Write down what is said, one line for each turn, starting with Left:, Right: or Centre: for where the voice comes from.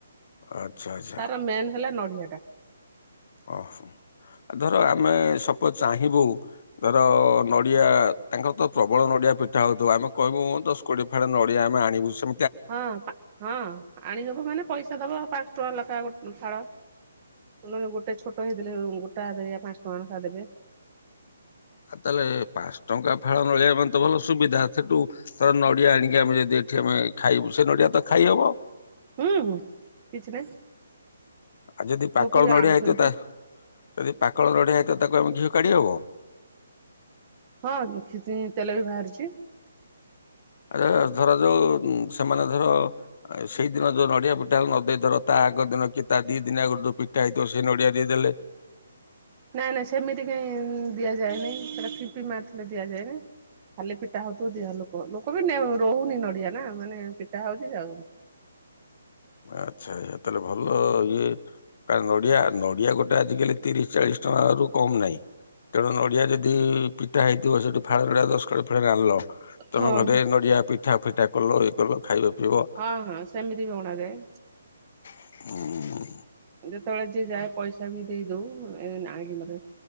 Left: ଆଚ୍ଛା ଆଚ୍ଛା
Right: ତାର ମେନ୍ ହେଲା ନଡିଆ ଟା।
Left: ଓହୋ ଧର ଆମେ ସପୋଚ୍ ଚାହିଁବୁ ଧର ନଡିଆ ତାଙ୍କର ତ ପ୍ରବଳ ନଡିଆ ପିଠା ହଉଥିବ ଆମେ କହିବୁ ଦ କୋଡି ଫାଳେ ନଡିଆ ଆମେ ଆଣିବୁ ସେ
Right: ହଁ ହଁ ଆଣିଦବ ମାନେ ପଇସା ଦବ ପାଞ୍ଚ ଟଙ୍କା ଲେଖାଏ ଗୋ ଫାଳ। ତୁ ନେ ଗୋଟେ ଛୋଟଇଲେ ଗୋଟା ହାରଆ ପାଞ୍ଚ ଟଙ୍କା ଲୋ ଦେବେ।
Left: ଆଉ ତାହେଲେ ପାଞ୍ଚ ଟଙ୍କା ଫାଳ ନଳିଆ ପାଇଁ ତ ଭଲ ସୁବିଧା ସେଠୁ ତ ନଡିଆ ଆଣିକି ଆମେ ଯଦି ଏଠି ଆମେ ଖାଇବୁ ସେ ନଡିଆ ତ ଖାଇ ହବ?
Right: ହୁଁ ହୁଁ କିଛି ନାହିଁ।
Left: ଆଉ ଯଦି ପାକଳ
Right: ଲୋକ ବି
Left: ନଡ଼ିଆଇତ
Right: ଆଣୁଛନ୍ତି
Left: ଯଦି ପାକଳ ନଡ଼ିଆ ହଇତ ତାକୁ ଆମେ ଘିଅ କାଢ଼ି ହବ?
Right: ହଁ ସେତି ତେଲ ବି ବାହାରୁଛି।
Left: ଆଛା ଧରା ଯୋଉ ସେମାନେ ଧର ସେଇଦିନ ଯୋଉ ନଡିଆ ପିଠା ହେ ନ ଦେଇଥର ତା ଆଗ ଦିନ କି ତା ଦି ଦିନି ଆଗରୁ ଯୋଉ ପିଠା ହେଇଥିବ ସେଇ ନଡିଆ ଦେଇଦେଲେ।
Right: ନାଇଁ ନାଇଁ ସେମିତି କାଇହିଁ ଦିଆଯାଏନି ସେଟ କିମ୍ପି ମାରିଥିଲେ ଦିଆଯାନି। ଖାଲି ପିଟା ହଉଥିବ ଦିହ ଲୋକ ଲୋକ ବି ରହୁନି ନଡିଆ ନା ମାନେ ପିଟା ହଉଛି ଯାଉ
Left: ଆଚ୍ଛା ଏ ତାହେଲେ ଭଲ ଇଏ। କାର ନଡିଆ ନଡିଆ ଗୋଟେ ଆଜିକାଲି ତିରିଶ ଚାଳିଶ ଟଙ୍କା ରୁ କମ ନାହିଁ। ତେଣୁ ନଡିଆ ଯଦି ପିଠା ହେଇଥିବ ସେଠି ଫାଳ ଗଡିଆ ଦଶ କକାଳେ ଫାଳେ ଆଣିଲ। ତମେ
Right: ହଁ।
Left: ଘରେ ନଡିଆ ପିଠା ଫିଠା କଲ ଇଏ କଲ ଖାଇବ ପିଇବ।
Right: ହଁ ହଁ ସେମିତି ବି ଅଣାଯାଏ।
Left: ହୁଁ।
Right: ଯେତେବେଳେ ଯିଏ ଯାଏ ପଇସା ବି ଦେଇ ଦଉ ଏ ଆଣିକି ମତେ